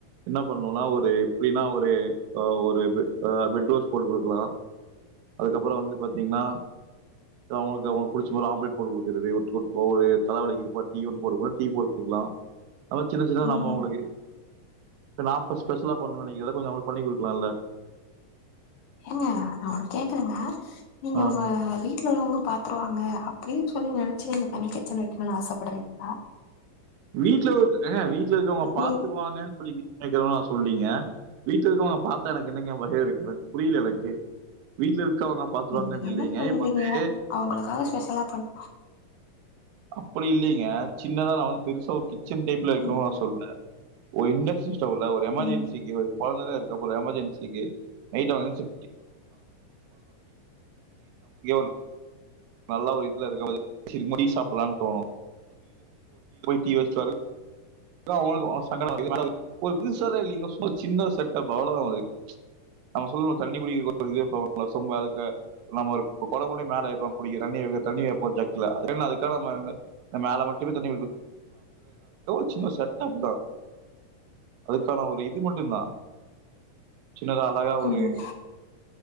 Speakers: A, on the right; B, on the left.
A: என்ன பண்ணுன்னா ஒரு எப்டின்னா ஒரு ஒரு பெட் ரோஸ்ட் போட்டு குடுக்கலா அதுக்கப்புறோ வந்து பாத்தீங்ன்னா அவங்களுக்கு அவங்களுக்கு இது மாரி ஆம்ப்லேட் போட்டு குடுக்குறது ஒட் ஒட் ஒவ்வொரு தல வலிக்கிதுப்பா டீ ஒன்னு போடுக்குடா டீ போடு குடுக்குலா அதா சின்ன சின்னதா
B: ம்
A: நம்மோ அவுங்குளுக்கு ல்ல நா அப்ப ஸ்பெஷலா பண்ணும் நினைக்கிறத கொஞ்சம் அவங்களுக்கு பண்ணி குடுக்குலால்ல
B: அ நா கேக்குறேங்க நீங்க
A: ஆ
B: வ வீ ட்ல உள்ளவங்க பாத்துருவாங்க அப்புடின்னு சொல்லி நெனச்சி நீங்க தனி கிச்சன் வைக்கணும்னு ஆசைப்படுறீங்களா
A: வீட்ல இரு அ வீட்ல இருக்குறவங்க பாத்துருவாங்கன்னு
B: நீ
A: சொல்லிகி ஏற்கனவே நா சொல்லீங்க வீட்ல இருக்குறவங்க பாத்தா எனக்கு என்ன ஞாபகோ இருக்கு எனக் புரில எனக்கு வீட்ல இருக்கவங்க பாத்துருவாங்கன்டு
B: நீங்க என்ன
A: இல்லைங்க
B: சொல்றீங்க
A: இப்ப வந்து
B: அவங்களுக்காக ஸ்பெஷலா பண்
A: அப்புடி இல்லைங்க சின்னதா நான் வந்து பெருசா ஒரு கிச்சன் டைப்ல இருக்கனு
B: ம்
A: நான் சொல்ல ஒரு இண்டக்ஷன் ஸ்டவ்ல ஒரு எமர்ஜென்சிக்கி
B: ம்
A: ஒரு கொழந்ததா இருக்கா போல எமர்ஜென்சிக்கி நைட்டு வந்து <unintelligible> நல்லா ஒரு இதுல இருக்கும் போது <unintelligible> டீ சாப்புட்லான்னு தோணும் <unintelligible> <unintelligible> சின்ன செட் டப்பு அவ்ளோ தா <unintelligible> நம்ம சொல்லணும் தண்ணி குடிக்க <unintelligible> சொம்ப அதுக்கு நம்ம ஒரு கொ கொடம் கொண்டு போய் மேல வைக்குறோம் குடிக்க தண்ணி வெக்க தண்ணி வைப்போம் ஜக்குல <unintelligible> இந்த மேல மட்டுமே தண்ணி <unintelligible> சின்ன செட்டப் தா அதுக்கான ஒரு இது மட்டும் தான் சின்னதா அழகா ஒரு
B: ம்